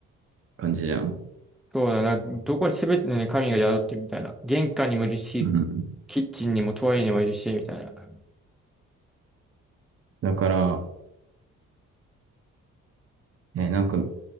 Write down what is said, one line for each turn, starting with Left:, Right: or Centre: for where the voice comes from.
Right: 感じじゃん。
Centre: そうだな、どこに全てね、神が宿ってるみたいな。玄関にもいるし、
Right: うん
Centre: キッチンにもトイレにもいるし、みたいな。
Right: だから、えーなんか